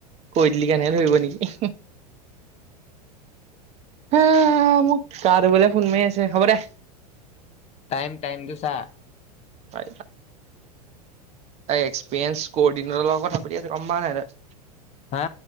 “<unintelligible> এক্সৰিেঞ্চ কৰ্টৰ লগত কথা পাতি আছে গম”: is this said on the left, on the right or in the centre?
Right